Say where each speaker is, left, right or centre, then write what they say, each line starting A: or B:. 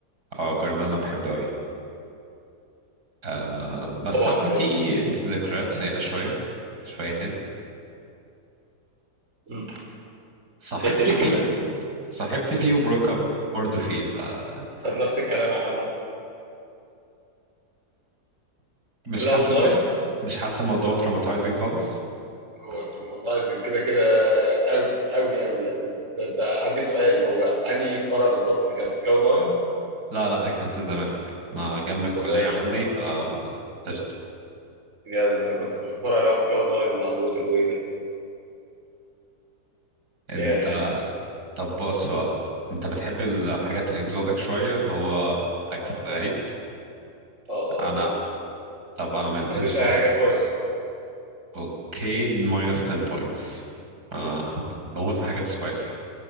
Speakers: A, on the right; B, on the right.
A: اه جرنان انا بحبه قوي آه بس
B: طبعا
A: عندي فيه
B: هاي
A: ذكريات سيئة شوية شويتين
B: مم.
A: صاحبت
B: بس ليه
A: فيه
B: كده؟
A: صاحبت فيه وبروك اب برضه فيه ف آه،
B: طب نفس الكلام عامة
A: مش
B: كلاود
A: حاسس
B: 9
A: الم- مش حاسس الموضوع تروماتايزنج خالص
B: هو تروماتايزنج كده كده قوي قوي قوي يعني بس انت عندي سؤال هو انهي فرع بالظبط اللي كان في كلاود 9
A: لا لا اللي كان في الزمالك ما جنب
B: الزمالك
A: الكلية عندي
B: تمام
A: ف قشطة
B: جامد انا كنت في الفرع اللي هو في كلاود 9 اللي عند ووتر واي ده
A: انت
B: ياه
A: طب بص بقى انت بتحب الحاجات الاكزوتيك شوية اللي هو اكل
B: اه طبعا
A: غريب
B: اه
A: انا
B: اه طبعا
A: طب انا من
B: بس ما بحبش
A: اسبوع
B: اي حاجه سبايسي
A: اوكي ماينس 10 بوينتس انا بموت في حاجات سبايسي